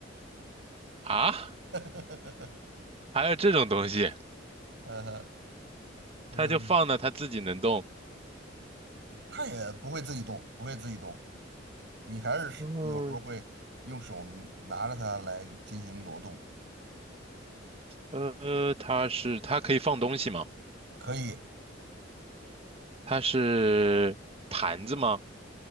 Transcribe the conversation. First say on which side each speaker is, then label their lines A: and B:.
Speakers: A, on the right; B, on the right.
A: 啊？
B: <laughs>
A: 还有这种东西？
B: 呃嗯，
A: 它就放那，它自己能动。
B: 他也不会自己动，不会自己动，你还是是有时候会用手拿着它来进行挪动，
A: 嗯，呃，它是它可以放东西吗？
B: 可以
A: 它是盘子吗？